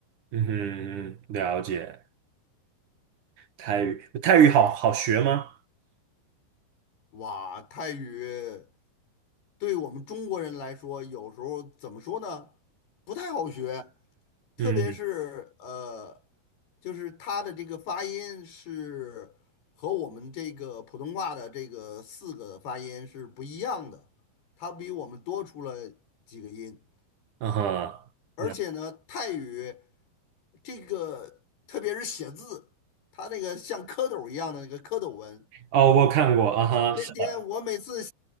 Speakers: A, on the right; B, on the left.
A: 嗯哼，了解。泰语，泰语好好学吗？
B: 哇，泰语。对我们中国人来说，有时候怎么说呢，不太好学，特别是呃，
A: 嗯
B: 就是它的这个发音是和我们这个普通话的这个四个发音是不一样的，它比我们多出了几个音，
A: 嗯哼，
B: 而且呢，
A: 嗯
B: 泰语这个特别是写字，它那个像蝌蚪一样的那个蝌蚪文。
A: 哦，我看过啊哈，
B: 天天我每次
A: 是的，